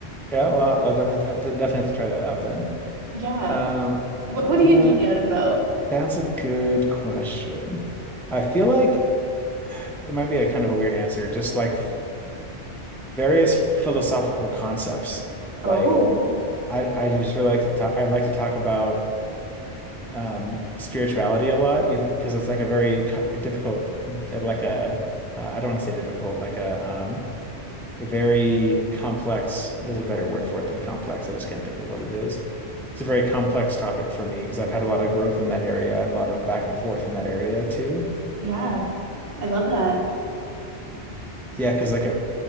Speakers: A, in the centre; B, on the right (about 40°).
A: yeah. Well, I'll def- have to, definitely have to try that out then.
B: Yeah.
A: Um,
B: What
A: what?
B: what do you geek out about?
A: That's a good question. I feel like it might be a kind of a weird answer. Just like f- various philosophical concepts.
B: Oh,
A: Like I, I just really like to talk. I like to talk about um spirituality a lot, even because it's like a very co- difficult, like a uh, I don't want to say difficult, like a um a very complex, there's a better word for it than complex. I just can't think of what it is. It's a very complex topic for me because I've had a lot of growth in that area and a lot of back and forth in that area too.
B: yeah. I love that.
A: Yeah, because like a,